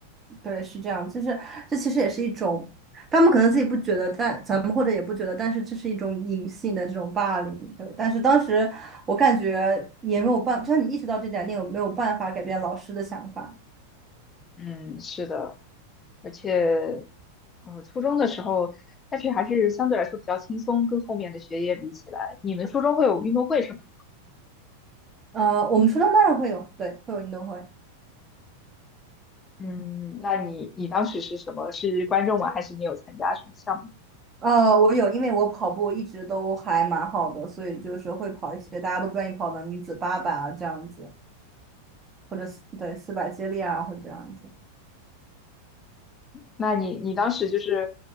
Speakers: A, on the right; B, on the left.
A: 对，是这样，就是这其实也是一种，他们可能自己不觉得，但咱们或者也不觉得，但是这是一种隐性的这种霸凌，对。但是当时我感觉也没有办，就算你意识到这点，你也没有办法改变老师的想法。
B: 嗯，是的，而且，呃，初中的时候，但是还是相对来说比较轻松，跟后面的学业比起来，你们初中会有运动会什么的
A: 呃，我们初中当然会有，对，会有运动会。
B: 嗯，那你你当时是什么？是观众吗？还是你有参加什么项目？
A: 呃，我有，因为我跑步一直都还蛮好的，所以就是会跑一些大家都不愿意跑的女子八百啊这样子，或者四对四百接力啊或者这样子。
B: 那你你当时就是，